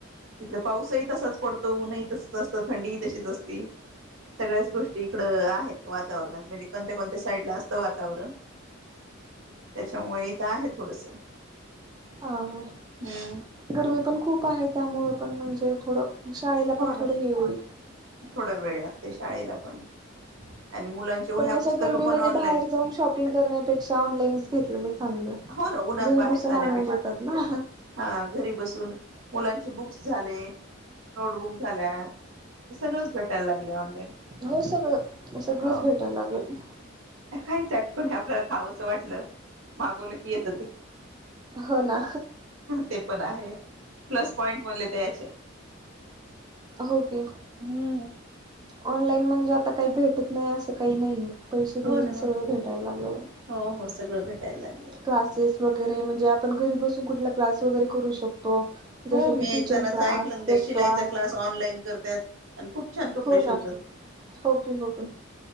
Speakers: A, on the right (about 70°); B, on the right (about 20°).
A: इकडे पाऊसही तसाच पडतो, ऊनही तसच असतं थंडी तशीच असते सगळ्याच गोष्टी इकडं आहेत वातावरणात. म्हणजे कोणत्या कोणत्या साईड ला असतं वातावरण. त्याच्यामुळे इथ आहे थोडस.
B: ह ह.
A: हम्म
B: गरमी पण खूप आहे, त्यामुळे पण म्हणजे थोडं शाळेला
A: हो
B: पण
A: ना
B: थोडं हे होईल.
A: थोडा वेळ लागतयं शाळेला पण आणि मुलांच्या वह्या
B: पण अशा
A: पुस्तकं
B: गर्मीमध्ये
A: पण ऑनलाईन
B: बाहेर जाऊन शॉपिंग करण्यापेक्षा ऑनलाईनच घेतलेलं चांगलं.
A: हो ना, उन्हात
B: घरी
A: बाहेर
B: बसून
A: जाण्यापेक्षा
B: आणून देतात ना.
A: हा घरी बसून. मुलांचे बुक्स झाले. नोटबुक झाल्या. ते सगळच भेटायला लागलय ऑनलाईन.
B: हो सगळं सगळंच
A: हो
B: भेटायला लागेल.
A: काही चटकण आपल्याला खावं असं वाटलं मागवलं की येतं ते.
B: हो ना.
A: ते पण आहे प्लस पॉइंट म्हणले याचे.
B: हो की.
A: हम्म
B: ऑनलाईन म्हणजे आता काही भेटत नाही असं काही नाहीय. पैसे
A: हो
B: दिले
A: ना
B: की सगळं भेटायला लागलेयं.
A: हो हो सगळं भेटायला लागलंय
B: क्लासेस वगैरे म्हणजे, आपण घरी बसून कुठला क्लास वगैरे करू शकतो. जस
A: हो
B: की
A: मी
B: किचन
A: एक जणाच
B: क्लास,
A: ऐकलं ना
B: केक
A: ते शिलाईचा
B: क्लास-
A: ऑनलाईन करतात आणि खूप छान कपडे
B: हो
A: शिवतात
B: ना, हो कि हो कि.